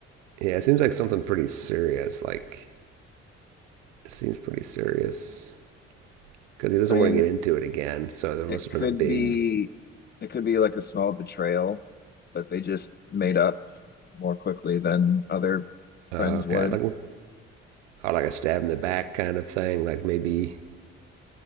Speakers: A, on the right (about 75°); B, on the left (about 25°).
A: Yeah, it seems like something pretty serious. Like, it seems pretty serious because he doesn't
B: I mean,
A: want to get into it again. So there must
B: it
A: have
B: could
A: been a big,
B: be it could be like a small betrayal, but they just made up more quickly than other
A: uh,
B: friends
A: okay,
B: would.
A: like, oh, like a stab in the back kind of thing. Like maybe